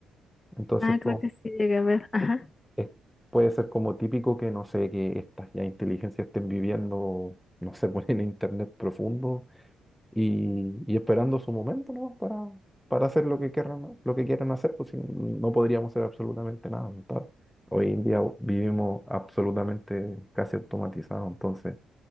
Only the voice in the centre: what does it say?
Entonces
como,
es- puede ser como típico que, no sé, que estas ya inteligencias estén viviendo, no sé, <laughs> pues, en internet profundo y, y esperando su momento, ¿no? Para, para hacer lo que quieran, lo que quieran hacer, pues si no podríamos hacer absolutamente nada. ¿no? Tal. Hoy en día vivimos absolutamente casi automatizados, entonces